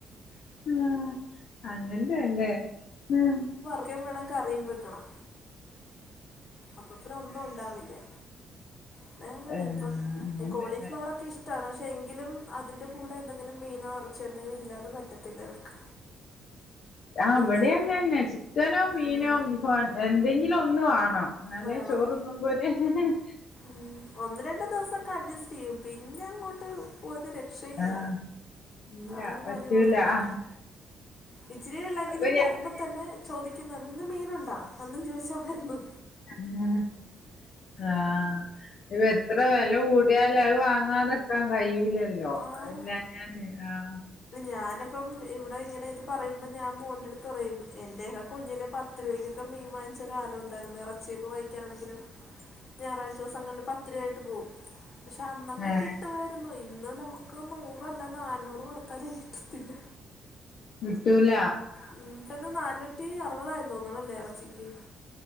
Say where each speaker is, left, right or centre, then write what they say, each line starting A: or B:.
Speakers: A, on the left; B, on the left.
A: ആഹ് അങ്ങൻ തന്നെ ഉം
B: ക്കേം വേണം കറിയും വെക്കണം അപ്പൊ പിന്നെ ഒന്നും ഉണ്ടാവില്ല്യാ അതാ ഞാൻ പറഞ്ഞെ
A: ഏഹ് ഏഹ്
B: ഇപ്പം
A: അങ്ങനെന്നെ
B: കോളിഫ്ലവറൊക്കെ ഇഷ്ട്ടാണ് പക്ഷെ എങ്കിലും അതിൻ്റെ കൂടെ എന്തെങ്കിലും മീനോ എറച്ചിയൊ എന്തെങ്കിലും ഇല്ലാതെ പറ്റത്തില്ല ഇവർക്ക്.
A: ആ
B: പിന്നൽ
A: ഇവടിം അങ്ങന്നെ ചിക്കനോ മീനോ
B: ഉം
A: ബീഫോ എന്തെങ്കിലും ഒന്ന് വാണം ഇന്നാലേ
B: വേണം
A: ചോറു <unintelligible>
B: ഉം ഒന്ന് രണ്ട് ദിവസൊക്കെ അഡ്ജ്സ്റ്റ് ചെയ്യും പിന്നെ അങ്ങോട്ട് ഒരു രക്ഷയൂല്ല
A: ആഹ് ഇല്ല
B: ആള്
A: പറ്റൂല
B: പണി മുടക്കും
A: ആഹ്
B: ഇച്ചിരി ഇള്ളെങ്കിലും
A: അപ്പൊ
B: വരുമ്പ തന്നെ ചോദിക്ക്ന്നെ ഇന്ന് മീനുണ്ടാ അന്നും ചോയ്ച്ചാ വര്ന്ന്
A: ഉം ആഹ് ഇപ്പ എത്ര വെല കൂ <unintelligible> അത് വാങ്ങാതെ നിക്കാൻ കഴിയൂലല്ലോ
B: ആഹ്
A: അത് പിന്നെ <unintelligible> ആഹ്
B: ഞാനപ്പം ഇവിടെ ഇങ്ങനെ ഇത് പറയ്മ്പോ ഞാൻ മോൻ്റെട്ത് പറയും എൻ്റെക്കെ കുഞ്ഞിലെ പ <unintelligible> രുവക്കൊക്കെ മീൻ വാങ്ങിച്ച കാലം ഒണ്ടായിരുന്നു എറച്ചിയൊക്കെ വാങ്ങിക്കാനാണെങ്കിലും ഞായറാഴ്ചൂസങ്ങളില് പത്ത് രൂവായിട്ട് പോവും പക്ഷെ അന്നൊക്കെ
A: ഏഹ്
B: കിട്ടുവാരുന്നു ഇന്ന് നമുക്ക് നൂറല്ല നാനൂറ് കൊട് ത്താലും കിട്ടത്തില്ല
A: കിട്ടൂല
B: ഉം ഇപ്പന്ന് നാന്നൂറ്റി അർവതായെന്ന് തോന്നുണല്ലേ എറച്ചിക്ക്